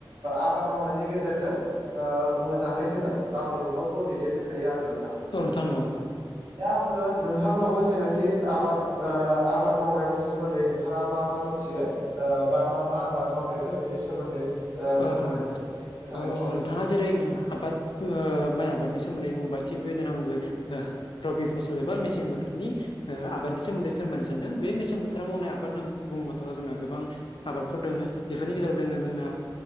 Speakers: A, on the right; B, on the left.
A: आबाद मावनायनि गेजेरजों ओ मोजाङै जोङो गावनि न'खरखौ दैदेननो हायो आरो नोंथां।
B: औ नोंथां औ।
A: दा आङो नोंथांनावबो जेनाखि आबाद ओ आबाद मावनायनि सोमोन्दै नोंथाङा मा मा मिथियो ओ बा मा मा आबाद मावफेरखो बेनि सोमोन्दै ओ
B: औ
A: फोरमायना
B: नोंथां
A: होनो थाखाय
B: औ
A: खावलायनाय
B: ओ नोंथाङा जेरै आबाद माइ आबादनि सोमोन्दै बुंबाय थिग बेदिनो आंबो रबि फसल एबा मेसें बोथोरनि आबादनि सोमोन्दै फोरमायनो सानदों बे मेसें बोथोराव मावनाय आबाद होननानै बुङोबाथ' जोंहा गोबां आबादफोर दङो बेफोरनि गेजेराव दोङो जोंहा